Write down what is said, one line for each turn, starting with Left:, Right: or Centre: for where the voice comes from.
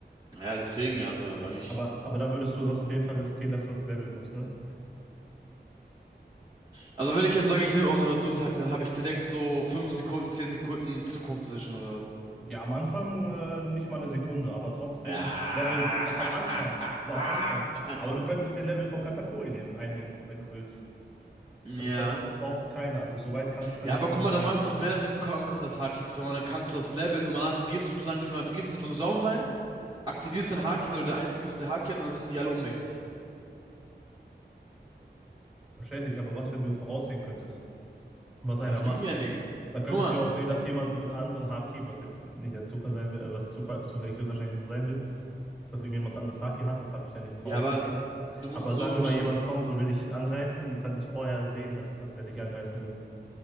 Right: Ja, deswegen ja, also eigentlich.
Centre: Aber, aber da würdest du das auf jeden Fall riskieren, dass du das leveln musst, ne?
Right: Also wenn ich jetzt sage, ich nehme Observationshaki, dann habe ich direkt so 5 Sekunden, 10 Sekunden Zukunftsvision oder was?
Centre: Ja, am Anfang äh, nicht mal eine Sekunde, aber trotzdem
Right: Ja.
Centre: Level, äh, am Anfang,
Right: <laughs>
Centre: aber am Anfang. Aber du könntest den Level von Katakuri nehmen, einnehmen, wenn du willst.
Right: Ja.
Centre: Das, das, das behauptet keiner. Also, so weit kann, könntest
Right: Ja, aber
Centre: du
Right: guck
Centre: auf jeden
Right: mal,
Centre: Fall.
Right: dann macht's doch mehr Sinn, Conquer das Haki zu haben, dann kannst du das leveln und danach gehst du sozusagen, ich meine, du gehst in so einen Raum rein. aktivierst dein Haki, weil du der Einzige bist, der Haki hat, und dann sind die alle ohnmächtig.
Centre: Verständlich, aber was, wenn du voraussehen könntest? was
Right: Ja,
Centre: einer
Right: das
Centre: macht.
Right: bringt mir ja nichts.
Centre: Dann könntest
Right: Guck mal,
Centre: du ja auch sehen, dass jemand mit anderen Haki, was jetzt nicht der Zufall sein wird, äh, was Zufall, zufällig höchstwahrscheinlich nicht so sein wird, dass irgendjemand anders Haki hat, das habe ich ja nicht vorausgesehen.
Right: ja, aber du musst
Centre: Aber
Right: dir so
Centre: sagen
Right: vorstellen,
Centre: wir mal, jemand kommt und will dich angreifen und du kannst es vorher sehen, dass, dass er dich angreifen will.